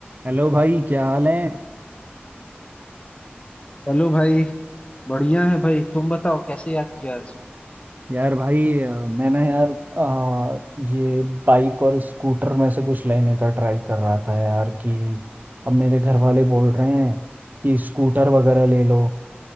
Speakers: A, on the right; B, on the left.
A: Hello भाई क्या हाल है
B: चलो भाई बढ़िया है भाई तुम बताओ कैसे याद किया आज
A: यार भाई अ, मैं ना यार अ, ये बाइक और स्कूटर में से कुछ लेने का ट्राई कर रहा था यार कि अब मेरे घर वाले बोल रहे हैं कि स्कूटर वगैरह ले लो